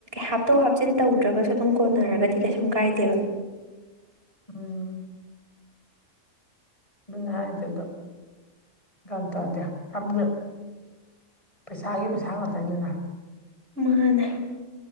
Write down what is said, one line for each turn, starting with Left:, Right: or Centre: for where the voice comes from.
Right: ꯍꯥꯞꯇꯣꯛ ꯍꯥꯞꯆꯤꯟ ꯇꯧꯗ꯭ꯔꯒꯁꯨ ꯑꯗꯨꯝ ꯀꯣꯟꯅꯔꯒꯗꯤ ꯀꯩꯁꯨꯝ ꯀꯥꯏꯗꯦꯕ
Left: ꯎꯝ ꯑꯗꯨꯅꯦ ꯍꯥꯏꯗ ꯑꯗꯨꯣ ꯀꯇꯗꯦ ꯍꯕ ꯄꯩꯁꯥꯒꯤ ꯄꯩꯁꯥ ꯉꯥꯛꯇꯅꯤꯅ
Right: ꯃꯥꯅꯦ